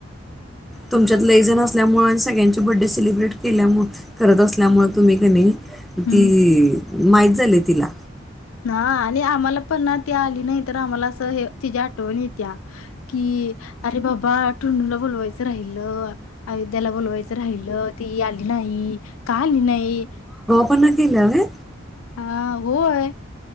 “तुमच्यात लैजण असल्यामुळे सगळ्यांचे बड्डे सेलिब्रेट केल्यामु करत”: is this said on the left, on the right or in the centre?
Centre